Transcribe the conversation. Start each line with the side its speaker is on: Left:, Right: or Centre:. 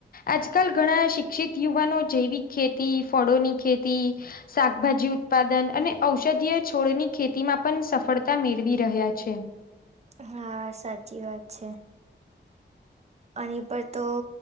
Left: આજકાલ ઘણા શિક્ષિત યુવાનો જૈવિક ખેતી, ફળોની ખેતી શાકભાજી ઉત્પાદન, અને ઔષધીય છોડની ખેતીમાં પણ સફળતા મેળવી રહ્યા છે.
Right: હા સાચી વાત છે. આની પર તો,